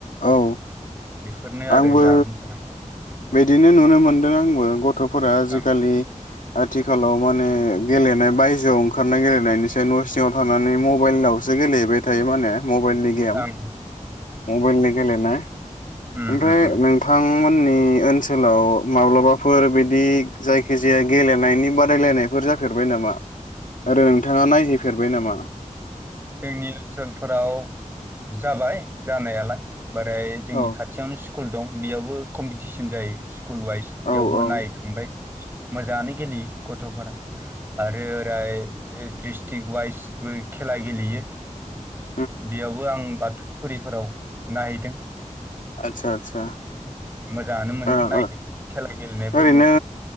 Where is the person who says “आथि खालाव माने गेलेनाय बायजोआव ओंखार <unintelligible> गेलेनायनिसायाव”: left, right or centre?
Left